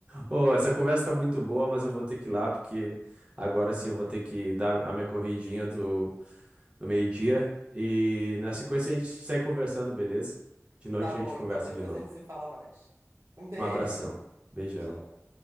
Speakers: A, on the right; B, on the right.
A: Pô, essa conversa tá muito boa, mas eu vou ter que ir lá, porque agora sim eu vou ter que dar a minha corridinha do, do meio-dia. E na sequência a gente segue conversando, beleza? De noite
B: Tá bom,
A: a gente conversa
B: então. Depois
A: de novo.
B: a gente se fala mais. Um beijo.
A: Um abração. Beijão.
B: Tchau.